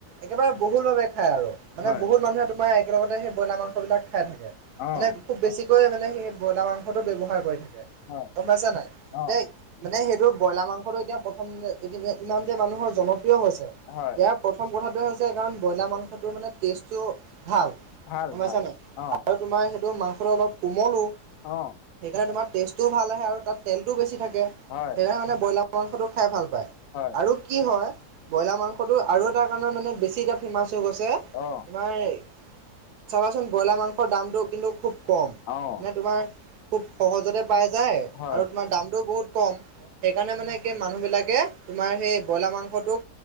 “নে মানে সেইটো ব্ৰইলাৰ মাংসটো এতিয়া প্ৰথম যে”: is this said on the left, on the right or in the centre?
Right